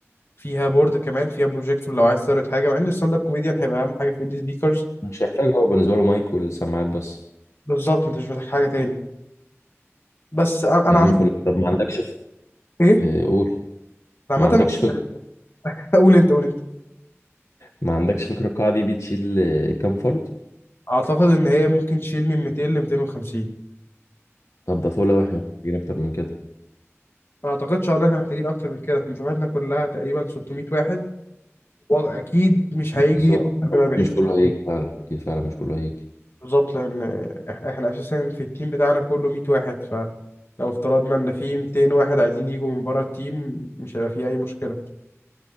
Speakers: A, on the left; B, on the left.
A: فيها بورد كمان فيها بروجيكتور لو عايز تعرض حاجه مع ان الستاند اب كوميديان هيبقى اهم حاجه في السبيكرز
B: مش هيحتاج هو بالنسبة له مايك والسماعات بس
A: بالظبط انت مش محتاج حاجه تاني بس انا
B: يا عم
A: أنا
B: في ال- طب ما عندكش في-
A: ايه
B: آه، قول
A: عامة
B: ما عندكش فكرة
A: <laughs> قول انت قول انت
B: ما عندكش فكرة القاعة دي بتشيل آه، كام فرد؟
A: اعتقد ان هي ممكن تشيل من 200 ل 250
B: طب ده فول لو احنا مش محتاجين أكتر من كده
A: ما اعتقدش ان احنا محتاجين اكتر من كده احنا دفعتنا كلها تقريبا 600 واحد واكيد مش هيجي
B: بالظبط
A: اكتر من 40
B: مش كله هيجي فعلا أكيد فعلا مش كله هيجي
A: بالظبط لان إح- احنا اساسا في التيم بتاعنا كله 100 واحد فلو افترضنا ان في 200 واحد عايزين يجوا من بره التيم مش هيبقى في اي مشكلة